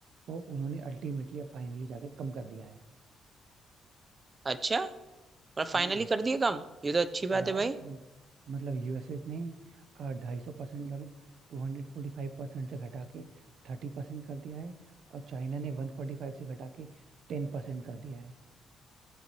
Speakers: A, on the right; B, on the right.
A: वो उन्होंने अल्टीमेटली अब फाइनली जाके कम कर दिया है
B: अच्छा मतलब फाइनली
A: हाँ
B: कर दिए काम ये तो अच्छी बात
A: बहुत
B: है भाई
A: कम मतलब यूएसए ने ढाई सौ परसेंट मतलब two hundred forty five percent से घटा के थर्टी परसेंट कर दिया है और चाइना ने वन फोर्टी फाइव से घटा के टेन परसेंट कर दिया है